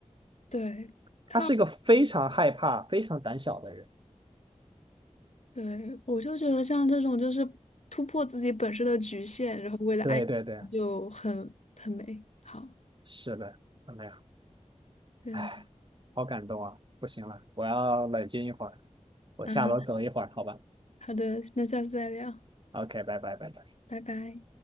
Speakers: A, on the left (about 65°); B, on the right (about 40°).
A: 对，
B: 他是一个非常害怕、
A: 他，
B: 非常胆小的人。
A: 对，我就觉得像这种就是突破自己本身的局限，然后为了爱
B: 对对对，
A: 就很很美好。
B: 是的，怎么样？
A: 对。
B: 哎，好感动啊！不行了，我要冷静一会儿，我下楼走一会儿，
A: 嗯。
B: 好吧
A: 好的，那下次再聊，
B: ？OK，拜拜拜拜。
A: 拜拜。